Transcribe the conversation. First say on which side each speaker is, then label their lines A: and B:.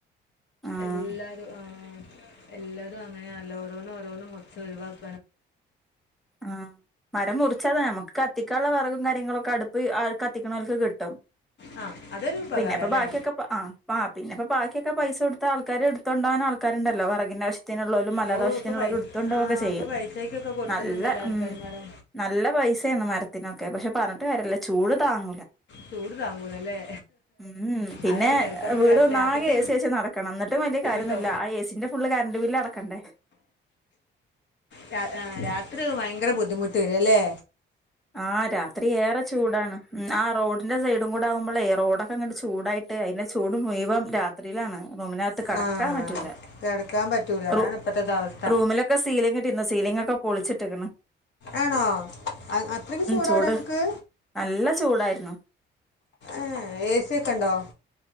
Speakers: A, in the centre; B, on the left.
A: ആഹ്
B: എല്ലാതും ആഹ് എല്ലതും അങ്ങനെയാണല്ലൊ ഓരോന്നും ഓരോന്നും മുർച്ച് ഒഴിവാക്
A: ആ മരം മുറിച്ചതാ ഞമ്മക്ക് കത്തിക്കാള്ള വെറക കാര്യങ്ങളൊക്കെ അടുപ്പ് കത്തിക്കണോൽക്ക് കിട്ടും
B: ആ അതൊരു ഉപകാരം
A: പിന്നെപ്പൊ
B: അല്ലേ
A: ബാക്കിയൊക്കെ ആഹ് ആഹ് പിന്നെപ്പോ ബാക്ക്യോക്കെ പൈസ കൊട്ത്താ ആൾക്കാര് ട്ത്തോണ്ടവനാൾക്കാരുണ്ടല്ലോ വെറകിനാവശ്യ - ത്തിനുള്ളോലും മല്ലാതാവിഷ്യത്തിനുള്ളോലും
B: ഓ ഇപ്പോൾ പൈസ
A: ഇട്തൊണ്ടോ
B: ആ
A: ഒക്കെ ചെയ്യും
B: ഇപ്പോൾ പൈസയ്ക്കൊക്കെ കൊടുക്കുന്നുണ്ടല്ലോ
A: നല്ല
B: ആൾക്കാർമാരോ
A: ഉം നല്ല പൈസയാണ് മരത്തിനൊക്കെ പക്ഷെ പറഞ്ഞ ഇട്ട വരല്ലേ ചൂട് താങ്ങൂല
B: ചൂട് താങ്ങൂലല്ലേ
A: ഉം പിന്നെ
B: അതാണ് കിടക്കുമ്പോൾ
A: വീട്
B: രാത്രി
A: ഒന്നാകെ
B: രാത്രത്തെ
A: എ സി വെച്ച് നടക്കണം എന്നിട്ടും വലിയ
B: ബുദ്ധിമുട്ടോ
A: കാര്യൊന്നുംല്ല ആ ഏ സീന്റെ ഫുള്ള് കറണ്ട് ബില്ല് അടക്കണ്ടേ?
B: രാ രാത്രി ഭയങ്കര ബുദ്ധിമുട്ട് വരുംഅല്ലേ
A: ആ രാത്രി ഏറെ ചൂടാണ് ഉ. ആ റോഡ് ന്റെ സൈഡും കൂടെ ആകുമ്പോൾ റോഡൊക്കെ അങ്ങട് ചൂടായിട്ട് അയിന്റെ ചൂട് മുയ്‌വനും രാത്രീലാണ്. റൂമിനകത്ത് കടക്കാൻ
B: ആ
A: പറ്റൂല്ല
B: കിടക്കാൻ പറ്റൂല അതാണ്
A: റൂ
B: ഇപ്പോഴത്തെ അവസ്ഥ
A: റൂമിലൊക്കെ സീലിംഗിട്ടിരുന്നു സീലിംഗ് ഒക്കെ പൊളിച്ചിട്ടെക്ക്ണ്
B: ആണോ അത്രയ്ക്ക് ചൂടാവിടെ
A: ചൂട്
B: ങ്ങക്ക്
A: നല്ല ചൂടായിരുന്നു
B: ഏഹ് ഏ സി ഒക്കെ ഉണ്ടോ?